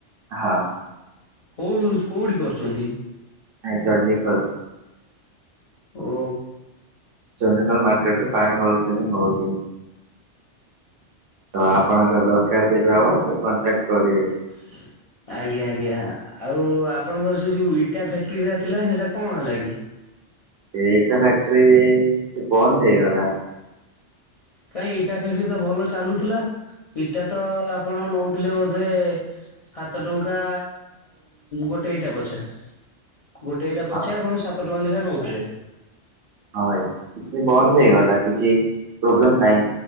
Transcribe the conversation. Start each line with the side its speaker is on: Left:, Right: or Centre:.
Right: ହାଁ।
Left: କୋଉ କୋଉଠି କରୁଛନ୍ତି?
Right: ନାଇଁ ଚଣ୍ଡିଖୋଲ୍।
Left: ଓହୋ।
Right: ଚଣ୍ଡିଖୋଲ୍ ମାର୍କେଟ ରେ ପାଣି ହୋଲସେଲିଂ ହୋଉଚି। ତ ଆପଣଙ୍କର କ୍ୟାଦି ହବା ତ କଣ୍ଟାକ୍ଟ କରିବି।
Left: ହ ଆଜ୍ଞା ଆଜ୍ଞା ଆଉ ଆପଣଙ୍କର ସେ ଯୋଉ ଇଟା ଫ୍ୟାକ୍ଟ୍ରିଟା ଥିଲା ସେଟା କଣ ହେଲା କି?
Right: ଏଇଟା ଫ୍ୟାକ୍ଟ୍ରିରି ସେ କଣ ନେଇଗଲା।
Left: କାଇଁ ଇଟା ଫ୍ୟାକ୍ଟ୍ରି ତ ଭଲ ଚାଲୁଥିଲା। ଇଟା ତ ଆପଣ ନୋଉଥିଲେ ବୋଧେ ସାତ ଟଙ୍କା ଗୋଟେ ଇଟା ପଛା। ଗୋଟେ ଇଟା ପଛେ
Right: ହଁ
Left: ଆପଣ ସାତ ଟଙ୍କା ଲେଖେଁ ନୋଉଥିଲେ।
Right: ହଁ ଭାଇ ବନ୍ଦ ହେଇଗଲା କିଛି ପ୍ରୋବ୍ଲେମ୍ ପାଇଁ